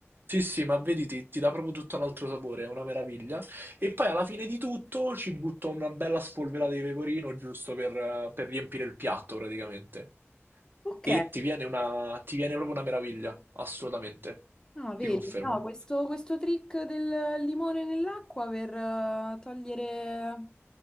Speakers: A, on the right; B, on the left.
A: Sì, sì, ma vedi, ti, ti dà proprio tutto un altro sapore, è una meraviglia. E poi alla fine di tutto ci butto una bella spolverata di pecorino giusto per, eh, per riempire il piatto praticamente.
B: Ok.
A: E ti viene una, ti viene proprio una meraviglia, assolutamente.
B: Ah, vedi,
A: Ti confermo.
B: no, questo, questo trick del limone nell'acqua per eh, togliere